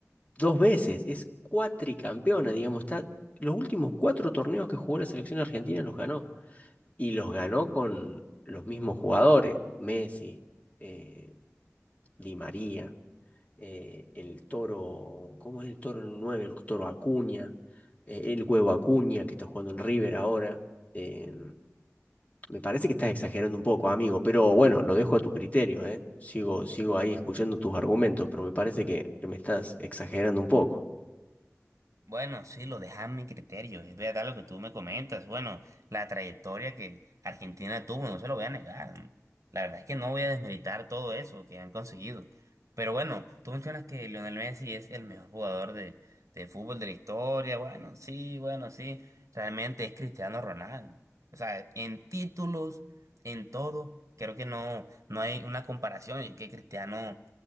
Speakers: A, on the left; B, on the right.
A: dos veces, es cuatricampeona, digamos, está, los últimos cuatro torneos que jugó la selección argentina los ganó y los ganó con los mismos jugadores, Messi, eh, Di María. eh, el toro, ¿cómo es el toro nueve El toro Acuña, eh, el huevo Acuña que está jugando en River ahora. Eh, me parece que estás exagerando un poco, amigo, pero bueno, lo dejo a tu criterio, ¿eh? Sigo, sigo ahí escuchando tus argumentos, pero me parece que, que me estás exagerando un poco.
B: Bueno, sí, lo dejas a mi criterio, es verdad lo que tú me comentas. Bueno, la trayectoria que Argentina tuvo, no se lo voy a negar. La verdad es que no voy a desmeritar todo eso que han conseguido. Pero bueno, tú mencionas que Lionel Messi es el mejor jugador de, de fútbol de la historia. Bueno, sí, bueno, sí. Realmente es Cristiano Ronaldo. O sea, en títulos, en todo, creo que no, no hay una comparación. Y que Cristiano, o